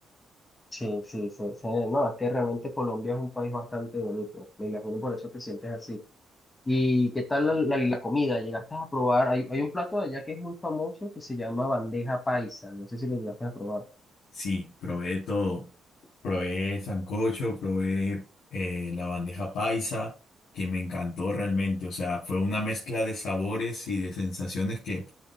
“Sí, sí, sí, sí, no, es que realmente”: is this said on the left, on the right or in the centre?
Left